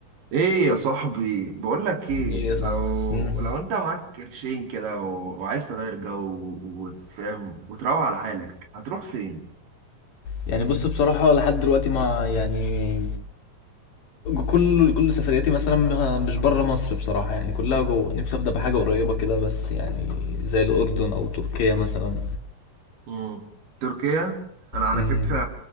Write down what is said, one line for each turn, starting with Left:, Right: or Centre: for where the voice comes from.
Right: ايه يا صاحبي بقول لك ايه
Left: إيه
Right: لو
Left: صح مم.
Right: لو انت معاك قرشين كده و... وعايز تغير جو وتفهم وتروق على حالك هتروح فين
Left: يعني بص بصراحة لحد دلوقتي ما يعني كل كل سفرياتي مثلا مها- مش بره مصر بصراحة يعني كلها جوه نفسي أبدأ بحاجة قريبة كده بس يعني زي الأردن أو تركيا مثلا
Right: امم تركيا انا على
Left: مم.
Right: فكرة